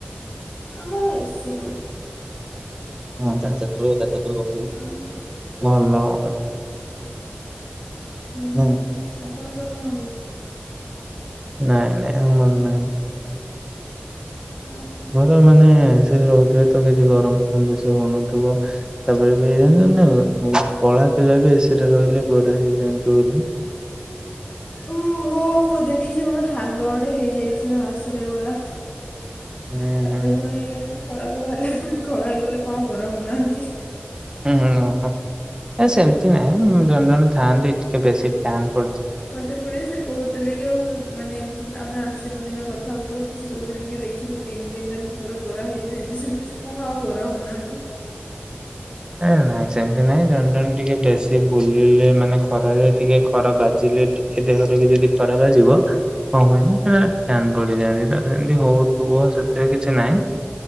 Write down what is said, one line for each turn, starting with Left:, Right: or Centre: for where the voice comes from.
Left: ଆମର ଏ ସି ରୁମ୍।
Right: ହଁ ଚାର୍ ଚାର୍ ଥର ଚାର୍ ଚାର୍ ଥର ଗପିବୁ।
Left: ହୁଁ
Right: ଭଲ ଆଉ।
Left: ହୁଁ
Right: ନାଇଁ
Left: ହୁଁ। ଆପଣଙ୍କ ନୁହଁ କି?
Right: ନାଇଁ ନାଇଁ ଆମର ନାହିଁ।
Left: ଓ ହୋ।
Right: ହଁ ତମେ ମାନେ ସେଠି ରୋହୁଥିବେ ତ କିଛି ଗରମ୍ ଫରମ୍ ବେଶୀ ହୋଉନଥିବ। ତାପରେ ବି ଜାଣିଚନ୍ତିନା କଁ? କଳା ପିଲା ବି ଏସିରେ ରହିଲେ ଗୋରା ହେଇଯାଆନ୍ତି ବୋଲି।
Left: ହୁଁ ହଁ, ମୁଁ ଦେଖିଛି ମୋର ସାଙ୍ଗ ଗୋଟେ ହେଇଯାଇଥିଲା ମାସରେ ଗୋରା।
Right: ହୁଁ ହଁ।
Left: ସିଏ ପୁଣି ଖରାକୁ ବାହାରିଲେ ପୁଣି କଳା ହେଇଗଲେ କଁ ଗୋରା ହଉନାହାନ୍ତି।
Right: ହୁଁ ହୁଁ, ଓହୋ ଏ ସେମ୍ତି ନାଇଁ ଜଣେ ଜଣେ ଥାଆନ୍ତି ଟିକେ ବେଶୀ ଫ୍ୟାନ୍ ପଡୁଛି
Left: ଫୋନତେ ପଳିଆ ସେ କୋହୁଥିଲେ କି ଆଉ ମାନେ ଏମ୍ତି ସେମ୍ତି ଆମେ ଆସିଲୁ ଦିନେ କଥା ହଉଥିଲୁ କି ସେ କୋହୁଚନ୍ତି କି ଦେଖିବୁ ତିନ୍ ଦିନ୍ ରେ ମୁଁ ପୁର ଗୋରା ହେଇଯିବି, ଏମତି ସେମିତି ସେ କଁ ଆଉ ଗୋରା ହୋଉନାହାନ୍ତି।
Right: ଏ ନାଈଁ ସେମିତି ନାଇଁ ଜଣେ ଜଣେ ଟିକେ ବେଶୀ ବୁଲିଲେ ମାନେ ଖରାରେ ଟିକେ ଖରା ବାଜିଲେ ଟି କି ଦେହରେ ବି ଯଦି ଖରା ବାଯିବ। କଁ ହୁଏ ନା ସେଟା ଟ୍ୟାନ୍ ପଡିଯାଆନ୍ତି ତାଧେରେ ସେମ୍ତି ହୋଉଥିବ ସେଥିରେ କିଛି ନାଇଁ।